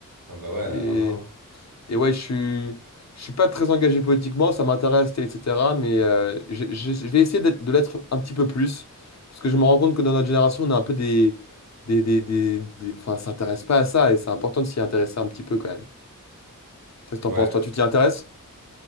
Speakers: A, on the right; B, on the left.
A: Ah bah ouais, alors
B: Et
A: non.
B: et ouais, je suis, je suis pas très engagé politiquement, ça m'intéresse, etc. Mais euh, j'ai- j'ai- je vais essayer d'être- de l'être un petit peu plus. Parce que je me rends compte que dans notre génération, on a un peu des. des, des, des, des- enfin, ça s'intéresse pas à ça et c'est important de s'y intéresser un petit peu quand même. Qu'est-ce que t'en
A: Ouais.
B: penses? Toi, tu t'y intéresses?